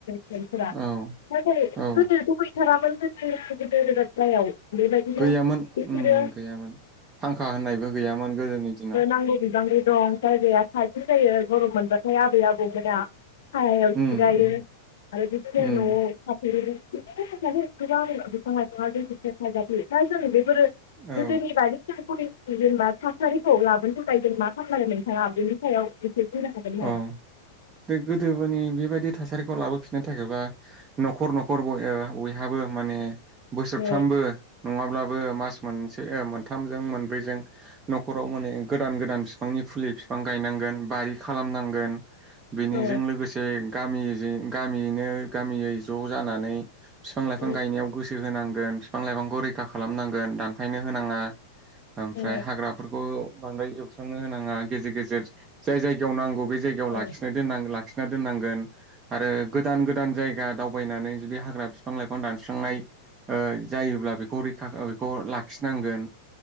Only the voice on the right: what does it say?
औ
औ
गैयामोन
उम गैयामोन फांखा होननायबो गैयामोन गोदोनि दिनाव
उम उम उम
औ
औ दे गोदोबोनि बेबायदिथ' थासारिखौ लाबोफिननो थाखायबा नखर नखर बयहाबो माने बोसोरफ्रामबो
नङाब्ला बो मास मोनसे मोनथामजों मोनब्रैजों नखराव माने गोदान गोदान बिफांनि फुलि बिफां गायनांगोन बारि खालामनांगोन बेनिजों
लोगोसे गामिजों गामियैनो गामियै ज जानानै बिफां लाइफां
गायनायाव गोसो होनांगौ फिफां लाइफांखौ रैखा खालामनांगोन दानफायनो होनाङा ओमफ्राय
हाग्राफोरखौ बांद्राय एवसां थांनो होनाङा गेजेर गेजेर जाय जाय याव नांगौ बे जायगायाव लाखिना
दोननां लाखि लाखिना दोननांगोन आरो गोदान गोदान जायगा दावबायनानै जुदि हाग्रा बिफां लाइफां दानस्रांनाय ओ जायोब्ला बेखौ रैखा खौ लाखिनांगोन